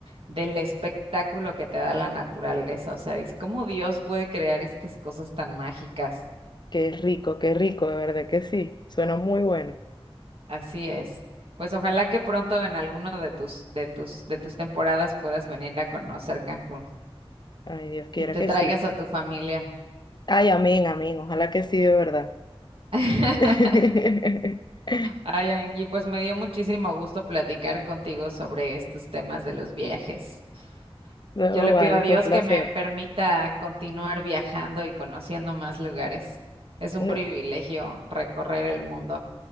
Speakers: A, on the right; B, on the left.
A: del espectáculo que te da la naturaleza. O sea, es cómo Dios puede crear estas cosas tan mágicas.
B: Qué rico, qué rico, de verdad que sí. Suena muy bueno.
A: Así es. Pues ojalá que pronto en alguno de tus, de tus, de tus temporadas puedas venir a conocer Cancún
B: Ay, Dios quiera
A: y te
B: que
A: traigas
B: sí.
A: a tu familia.
B: Ay, amén, amén. Ojalá que sí, de verdad.
A: <laughs>
B: <laughs>
A: Ay, Angie, pues me dio muchísimo gusto platicar contigo sobre estos temas de los viajes.
B: No,
A: Yo le
B: vale,
A: pido a Dios
B: fue un placer.
A: que me permita continuar viajando y conociendo más lugares. Es un
B: No,
A: privilegio recorrer el mundo.